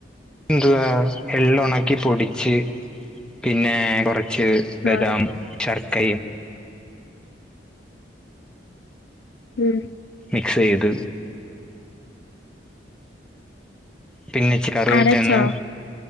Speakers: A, in the centre; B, on the left.
A: എതുവാ എള്ള ഉണക്കി പൊടിച്ച് പിന്നെ കൊറച്ച് ച്ച് ബദാം
B: ആഹ്
A: ശർക്കൈ ഉ
B: ഉം
A: മിക്സ് ചെയ്ത് പിന്നെച്ച കറിവപ്പന്ന്
B: അരച്ചോ?